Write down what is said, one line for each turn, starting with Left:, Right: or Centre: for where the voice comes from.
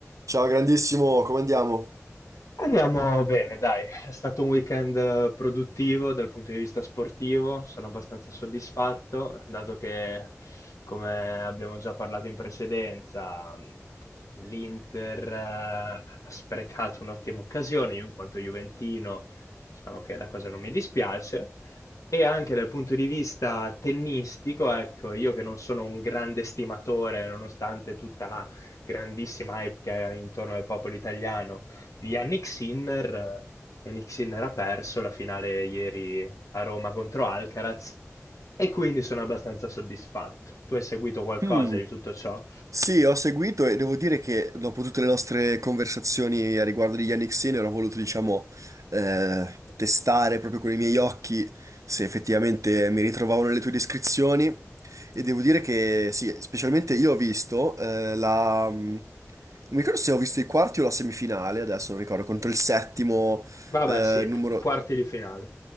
Right: Ciao grandissimo, come andiamo?
Left: Andiamo bene, dai, è stato un weekend eh, produttivo dal punto di vista sportivo, sono abbastanza soddisfatto, dato che, come abbiamo già parlato in precedenza, mh, l'Inter eh, ha sprecato un'ottima occasione, io in quanto juventino diciamo che la cosa non mi dispiace, e anche dal punto di vista tennistico, ecco, io che non sono un grande stimatore, nonostante tutta la grandissima hype che è intorno al popolo italiano, di Yannick Sinner. eh, Yannick Sinner ha perso la finale ieri a Roma contro Alcaraz e quindi sono abbastanza soddisfatto. Tu hai seguito qualcosa
Right: Hmm.
Left: di tutto ciò?
Right: Sì, ho seguito e devo dire che dopo tutte le nostre conversazioni a riguardo di Yannick Sinner ho voluto, diciamo, eh, testare proprio con i miei occhi se effettivamente mi ritrovavo nelle tue descrizioni e devo dire che sì, specialmente io ho visto eh, la... mm, Non mi ricordo se ho visto i quarti o la semifinale, adesso non ricordo, contro il settimo
Left: Vabbè,
Right: eh,
Left: sì,
Right: numero...
Left: quarti di finale.